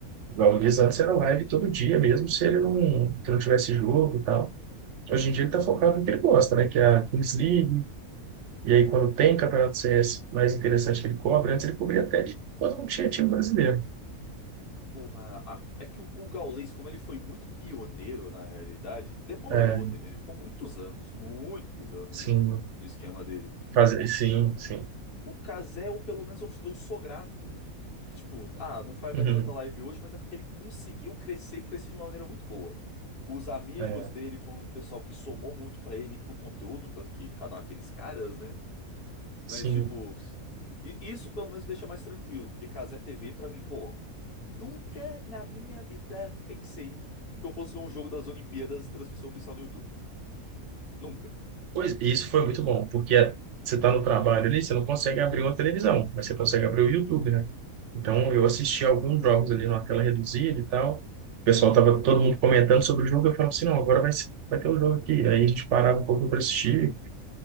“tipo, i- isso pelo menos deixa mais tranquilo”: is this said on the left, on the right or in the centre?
Left